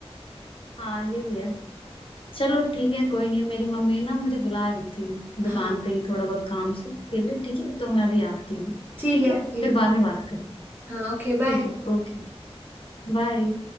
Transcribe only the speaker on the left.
<laughs> हाँ ये भी है चलो ठीक है कोई नहीं मेरी मम्मी ना मुझे बुला रही थी
दुकान पे ही थोड़ा बहुत काम से के लिए ठीक है तो मैं अभी आती हूँ
ठीक
है फिर बाद में बात करते हैं
ठीक है ओके बाय